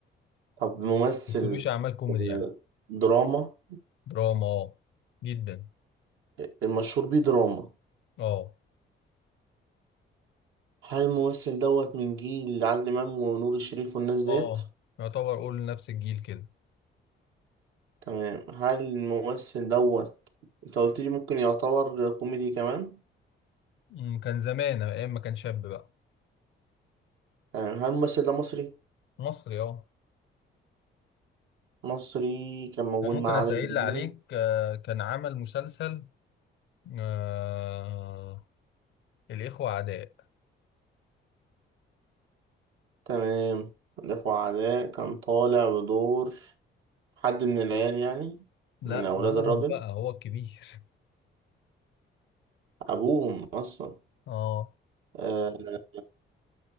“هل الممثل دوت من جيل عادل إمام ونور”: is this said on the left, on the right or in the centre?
Right